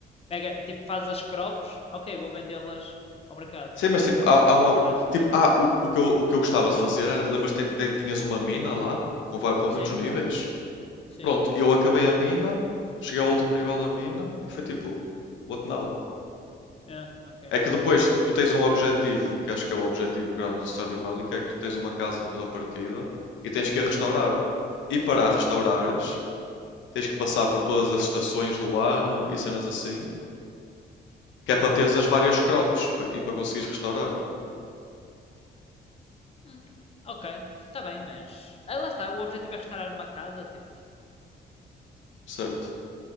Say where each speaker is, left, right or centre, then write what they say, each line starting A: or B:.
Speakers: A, on the left; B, on the left.
A: Pega, tipo, fazes as crops, ok, vou vendê-las ao mercado
B: Sim, mas tipo, há, há um. ob-
A: e fazes dinheiro.
B: Tipo, ah, o, o que eu, o que eu gostava de fazer era. Lembras que te- tinhas uma mina lá? Com, vai- com
A: Sim,
B: muitos níveis?
A: tem lá uma minha. Sim,
B: Pronto, eu acabei a mina, cheguei ao último nível da mina e foi tipo, what now?
A: é, ok.
B: É que depois tu tens um objetivo, que acho que é o objetivo grande do Stardew Valley, que é que tu tens uma casa toda partida e tens que a restaurar. E para a restaurares, tens que passar por todas as estações do ano e cenas assim, que é para teres as várias crops pa- e para conseguires restaurar,
A: Hum, ok, está bem, mas. Ah, lá está, o objetivo é restaurar uma casa. Tipo,
B: certo?